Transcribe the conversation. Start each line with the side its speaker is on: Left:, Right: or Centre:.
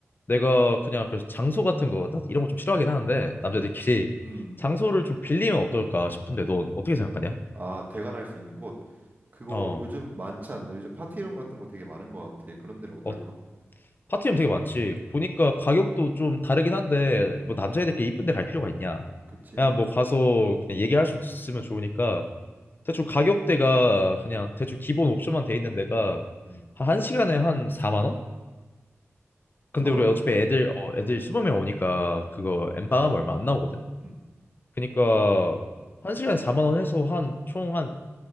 Left: 내가 그냥 그래서 장소 같은 거, 나 이런 거 좀 싫어하긴 하는데, 남자들끼리
Right: 음, 음.
Left: 장소를 좀 빌리면 어떨까 싶은데, 넌 어떻게 생각하냐?
Right: 아, 대관할 수 있는 곳. 그거
Left: 어,
Right: 요즘 많지 않나? 요즘 파티룸 같은 거 되게 많은 것 같아. 그런 데는 어떨까?
Left: 어, 파티룸 되게 많지. 보니까
Right: 음,
Left: 가격도 좀 다르긴 한데,
Right: 음,
Left: 뭐 남자애들끼리 이쁜 데 갈 필요가 있냐?
Right: 그렇지.
Left: 그냥 뭐 가서 그냥 얘기할 수 있으면 좋으니까, 대충 가격대가 그냥 대충 기본 옵션만 돼 있는 데가
Right: 음,
Left: 한시간에한 4만 원? 근데
Right: 4만
Left: 우리
Right: 원
Left: 어차피
Right: 정도?
Left: 애들, 어, 애들 20명 오니까
Right: 음,
Left: 그거 엠빵하면 얼마 안 나오거든?
Right: 음.
Left: 그니까 한 시간에 4만 원 해서 한 총 한